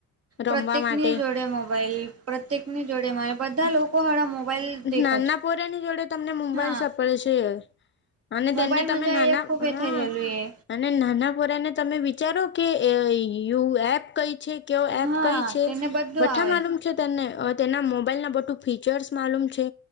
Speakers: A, on the left; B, on the right.
A: રમવા
B: પ્રત્યેક
A: માટે
B: ની જોડે મોબાઈલ પ્રત્યેક ની જોડેલ બધા લોકો હડા મોબાઈલ દેખે
A: નાનાપોરાની
B: છે
A: જોડે તમને મુંબઈ
B: હા
A: સપડશે યાર અને
B: મોબાઈલ
A: તેને તમે
B: મજા
A: નાના
B: એ ખુબ એ
A: હ
B: થઈ ગયેલું એ
A: અને નાના કોરાને તમે વિચારો કે યુ એપ કઈ છે કેવ એપ
B: હા
A: કઈ છે
B: તેને બધું
A: વઠા
B: આવે
A: માલુમ
B: છે
A: ના મોબાઈલ ના બું ફીચર્સ માલુમ છે